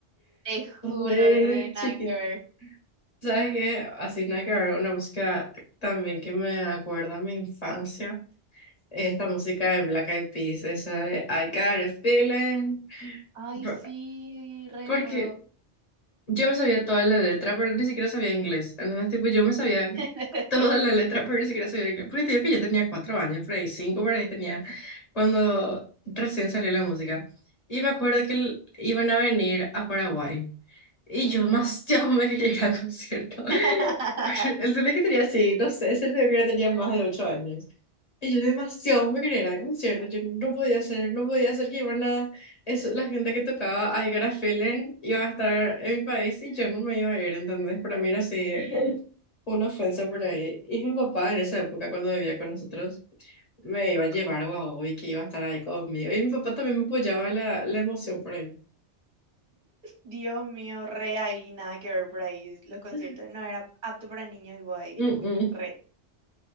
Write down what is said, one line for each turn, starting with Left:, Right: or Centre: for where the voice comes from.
Right: Te juro,
Left: Re
Right: re nada
Left: chiquita.
Right: que ver.
Left: ¿Sabes qué? Así nada que ver, una música también que me acuerda a mi infancia. Esta música de Black Eyed Peas, esa de I Got a Feeling.
Right: Ay,
Left: Por-
Right: sí, re
Left: Porque
Right: luego.
Left: Yo me sabía toda la letra, pero ni siquiera sabía inglés. Entonces, tipo, yo me sabía
Right: <laughs>
Left: toda la letra, pero ni siquiera sabía inglés. Porque te digo que yo tenía cuatro años, por ahí cinco, por ahí tenía, cuando recién salió la música. Y me
Right: Ujú,
Left: acuerdo que l- iban a venir a Paraguay. Y
Right: ujú.
Left: yo más, <laughs> ya me quería ir al concierto. <laughs>
Right: <laughs>
Left: El día que tenía, sí, no sé, ese día que tenía más de ocho años. Y yo demasiado me quería ir al concierto, yo no podía hacer, no podía hacer que iban a, eso, la gente que tocaba I Got a Feeling iba a estar en mi país y yo no me iba a ir, ¿entendés? Para mí era así una ofensa por ahí. Y mi papá en esa época cuando vivía con nosotros me iba a llevar a Guau y que iba a estar ahí conmigo. Y mi papá también me apoyaba la, la emoción por ahí.
Right: Dios mío, re ahí, nada que ver por ahí. Los conciertos
Left: <laughs>
Right: no era apto para niños y guay.
Left: Mm,
Right: <laughs>
Left: mm.
Right: Re.